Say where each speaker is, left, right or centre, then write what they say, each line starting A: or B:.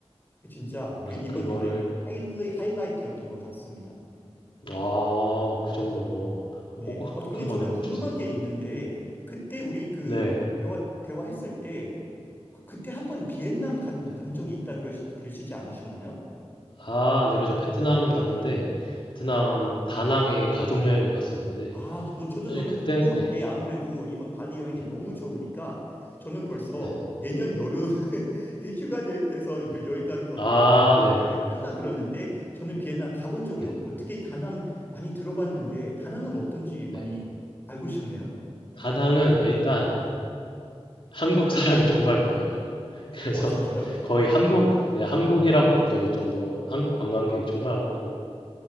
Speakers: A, on the left; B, on the left.
A: 진짜
B: 어, 그래서
A: 그 이번
B: 그거를
A: 여행의 하일리, 하이라이트였던 것 같습니다.
B: 아, 그 정도로
A: 네.
B: 꼭 꼭
A: 어,
B: 꼭
A: 근데
B: 한번
A: 저도
B: 해보고
A: 궁금한
B: 싶습니다.
A: 게 있는데 그때 우리 그
B: 네.
A: 대화, 대화했을 때 그, 그때 한번 비엔남 간,
B: 네.
A: 간 적이 있다 그러시, 그러시지 않으셨나요?
B: 아, 네, 그죠. 베트남 갔는데 베트남 다낭에 가족 여행을 갔었는데
A: 아, 저- 너, 저도
B: 사실
A: 너무
B: 그때
A: 궁금한
B: 네,
A: 게 아무래도 이번 발리 여행이
B: 네,
A: 너무 좋으니까 저는 벌써
B: 네, 네,
A: 내년 여름 <laughs> 이 휴가 내, 내서
B: 네.
A: 그 여행 가는 것도
B: 아,
A: 미리
B: 네,
A: 계획을 하려 그러는데 저는 비엔나 가본 적이
B: 네,
A: 없고 특히 다낭 많이 들어봤는데 다낭은 어떤지
B: 네.
A: 많이 알고 싶네요.
B: 다낭은 일단 한국 사람이 정말 많아요. <laughs> 그래서
A: 어, 진짜요?
B: 거의 한국, 네, 한국이라고 느껴질 정도로 한국 관광객이 정말 많고,